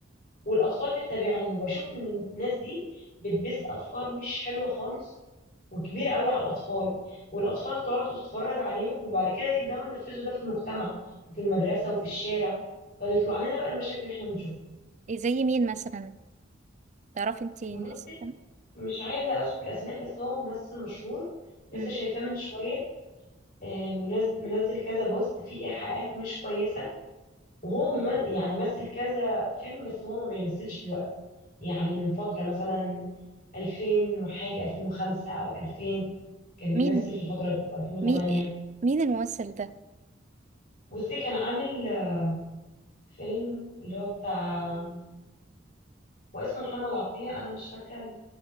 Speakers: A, on the left (about 50°); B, on the right (about 40°).
A: والاطفال بتتابعهم وبشوف ان الناس دي بتبث افكار مش حلوه خالص وكبيره قوي على الاطفال والاطفال تقعد وتتفرج عليهم وبعد كده يبداوا ينفذوا ده في المجتمع وفي المدرسه وفي الشارع فتطلع لنا بقى المشاكل اللي احنا بنشوفها
B: إيه زي مين مثلا تعرفي انتي
A: بص،
B: الناس كده
A: مش عايزة أذكر أسماء بس هو ممثل مشهور لسه
B: مم.
A: شايفاه من شوية آه، منزل منزل كذا بوست فيه إيحاءات مش كويسة وهو مم- يعني مثل كذا فيلم بس هو ما بيمثلش دلوقتي يعني من فترة مثلا 2000 وحاجة 2005 أو 2000 كان بيمثل
B: مين
A: في الفترة دي أو 2008
B: مين مين الممثل ده
A: بصي كان عامل آه، فيلم اللي هو بتاع هو اسمه محمد عطية أنا مش فاكرة